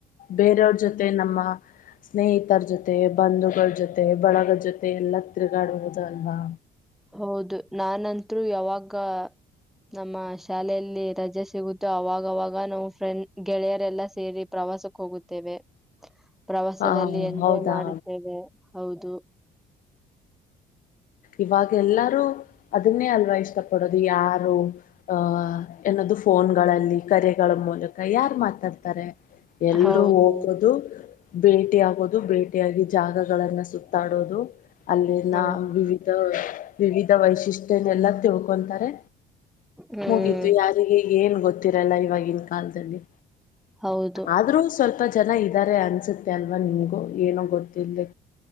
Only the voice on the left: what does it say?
ಬೇರೆಯವ್ರ, ಜೊತೆ, ನಮ್ಮ. ಸ್ನೇಹಿತರ ಜೊತೆ. ಜೊತೆ, ಬಂಧುಗಳ. ಜೊತೆ ಬಳಗದ ಜೊತೆ ಎಲ್ಲ ತಿರುಗಿ, ಆಡಬಹುದು, ಅಲ್ವಾ..
ಹ
ಹೌದಾ
ಇವಾಗ, ಎಲ್ಲಾರೂ. ಅದನ್ನೇ, ಅಲ್ವಾ ಇಷ್ಟಪಡೋದು! ಯಾರು ಅಹ ಅದು, ಏನದು ಫೋನ್ಗಳಲ್ಲಿ, ಕರೆಗಳ ಮೂಲಕ.. ಯಾರು, ಮಾತಾಡ್ತಾರೆ? ಎಲ್ರೂ
ಹೋಗೋದು. <inaudible> ಭೇಟಿಿಯಗೋದು, ಭೇಟಿಯಾಗಿ, ಜಾಗಗಳನ್ನ ಸುತ್ತಾಡೋದು? ಅಲ್ಲಿ,
ನ ಬೀ ವಿವಿಧ, ವೈಶಿಷ್ಟ್ಯನೆಲ್ಲ?.. <inaudible> ಹ.. <inaudible> ಆತಾರೆ,
ಮುಗಿತು ಯಾರಿಗೆ ಏನ್ ಗೊತ್ತಿರಲ್ಲ, <inaudible> ಇವಾಗ?.. ಇನ್ ಕಾಲ್ತಲ್ಲಿ.
ಆದ್ರೂ ಸ್ವಲ್ಪ ಚೆನ್ನ ಇದ್ದಾರೆ ಅನ್ಸುತ್ತ್ ಅಲ್ವಾ ನಿಮ್ಗೂ ಏನೋ ಗೊತ್ತ ಇಲ್ಲೆ